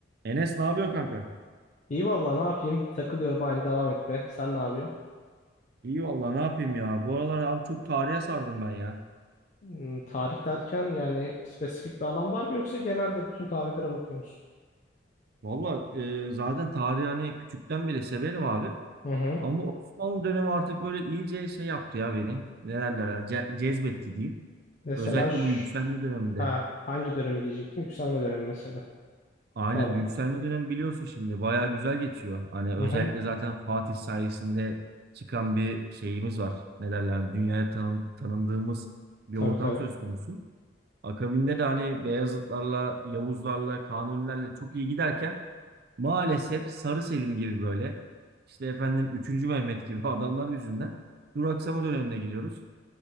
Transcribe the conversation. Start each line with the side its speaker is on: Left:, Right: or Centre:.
Right: Enes ne yapıyorsun kanka?
Left: İyi vallahi ne yapayım? Takılıyorum aynı devam etme. Sen ne yapıyorsun?
Right: İyi vallahi ne yapayım ya. Bu aralar abi çok tarihe sardım ben ya.
Left: Hmm, tarih derken yani spesifik bir alan var mı yoksa genelde bütün tarihlere bakıyorsunuz?
Right: Vallahi e, zaten tarihi hani küçükten beri severim abi.
Left: musun? Hı
Right: Ama
Left: hı.
Right: Osmanlı dönemi artık böyle iyice şey yaptı ya beni. Ne derler hani ce- cezbetti diyeyim.
Left: Mesela
Right: Özellikle
Left: ş-
Right: bu yükselme döneminde.
Left: ha, hangi dönemi diyecektim? Yükselme dönemi mesela.
Right: Aynen
Left: Tabii.
Right: yükselme dönemi biliyorsun şimdi. Bayağı güzel geçiyor. Hani özellikle
Left: Hı hı.
Right: zaten Fatih sayesinde çıkan bir şeyimiz var. Ne derler hani dünyaya tanın- tanındığımız bir
Left: Tabii
Right: ortam
Left: tabii.
Right: söz konusu. Akabinde de hani Beyazıtlarla, Yavuzlarla, Kanunilerle çok iyi giderken maalesef Sarı Selim gibi böyle işte efendim üçüncü Mehmet gibi <laughs> adamlar yüzünden duraksama dönemine giriyoruz.